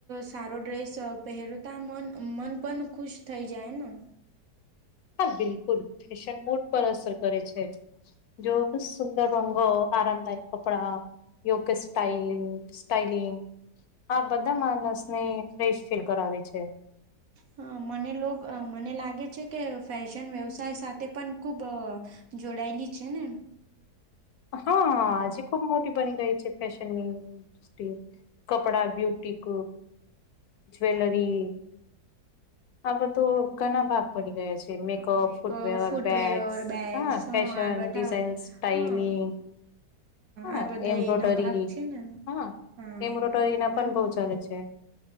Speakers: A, on the right; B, on the left.
A: સારો ડ્રેસ પહેરોતા મન મન પણ ખુશ થઈ જાય ને.
B: હા બિલકુલ ફેશન મોડ પર અસર કરે છે. જો બ સુંદર રંગો આરામદાયક કપડા યોગ સ્ટાઈલ સ્ટાઈલિ આ બધા માણસ ને ફ્રેશ ફીલ કરાવી છે.
A: હા મને લો મને લાગે છે કે ફેશન વ્યવસાય સાથે પણ ખૂબ જોડાયેલી છે ને?
B: હા આજે ખુબ મોટી બની ગઈ છે ફેશન ની. કપડા, બ્યુટિક, જ્વેલરી આ બધું ઘણા ભાગ પડી ગયા છે.
A: હા
B: મે પ
A: મેકઅપ
B: ફૂટવે,
A: ફૂટવેર
B: બેગસ
A: બેગ્સ
B: હા ફશન
A: આ બટાવ
B: ડિઝાઇન સ્ટાઇલિંગ
A: હા
B: હા
A: આ બધા
B: એમ્બ્રોડરી.
A: એના ભાગ છે ને
B: હા
A: હા
B: એમ્બ્રોડરી ના પણ બહ ચાલે છે.